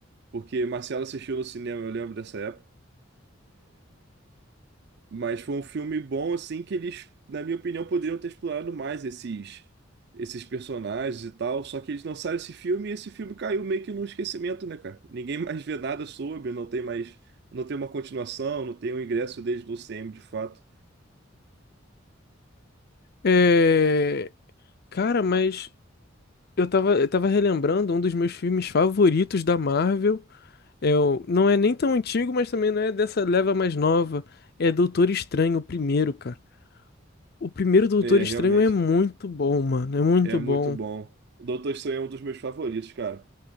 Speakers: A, on the right (about 55°); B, on the left (about 50°).
A: porque Marcelo assistiu no cinema, eu lembro dessa época. Mas foi um filme bom, assim, que eles, na minha opinião, poderiam ter explorado mais esses, esses personagens e tal. Só que eles lançaram esse filme e esse filme caiu meio que no esquecimento, né, cara? Ninguém mais vê nada sobre, não tem mais, não tem uma continuação, não tem um ingresso deles no CM de fato.
B: É... Cara, mas eu tava, eu tava relembrando um dos meus filmes favoritos da Marvel. É, o- não é nem tão antigo, mas também não é dessa leva mais nova. É Doutor Estranho, o primeiro, cara. O primeiro Doutor
A: É,
B: Estranho
A: realmente,
B: é muito bom, mano. É muito
A: é
B: bom.
A: muito bom. Doutor Estranho é um dos meus favoritos, cara.